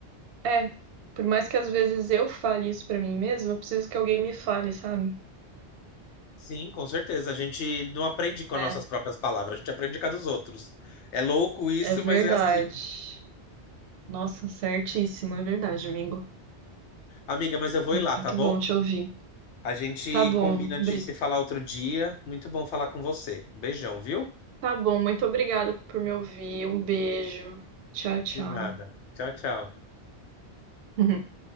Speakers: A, on the right; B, on the left.
A: é, por mais que às vezes eu fale isso para mim mesma, eu preciso que alguém me fale, sabe?
B: Sim, com certeza. A gente não aprende com
A: Né?
B: as nossas próprias palavras, a gente aprende com a dos outros. É louco isso,
A: É verdade.
B: mas é assim.
A: Nossa, certíssimo, é verdade, amigo.
B: Amiga, mas eu vou
A: Muito
B: ir lá, tá bom?
A: bom te ouvir.
B: A gente
A: Tá bom,
B: combina
A: Bri.
B: de se falar outro dia. Muito bom falar com você. Um beijão, viu?
A: Tá bom, muito obrigada por me ouvir. Um beijo. Tchau, tchau.
B: De nada. Tchau, tchau.
A: <laughs>